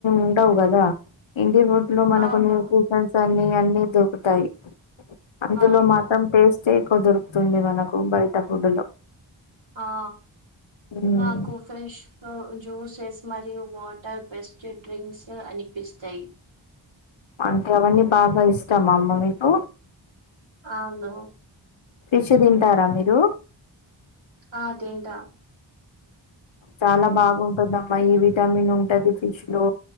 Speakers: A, on the left (about 85°); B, on the right (about 75°).
A: ఉండవు గాదా ఇంటి రోడ్ లో మన
B: అవును
A: కొన్ని <unintelligible> అన్ని అన్ని దొరుకుతాయి అందులో
B: అవును
A: మాత్రం టేస్టే ఎక్కువ దొరుకుతుంది మన నాకు బయట ఫుడ్ లో
B: ఆ
A: ఉమ్.
B: నాకు కో ఫ్రెష్ జ్యూసెస్ మరియు వాటర్ బెస్డ్ డ్రింక్స్ అనిపిస్తాయి
A: అంటే అవన్నీ బాగా ఇష్టమా మా అమ్మ మీకు
B: అవును
A: ఫిష్ తింటారా మీరు
B: ఆ తింట
A: చాలా బాగుంటదిమ్మా ఈ విటామిన్ ఉంటది ఫిష్ లో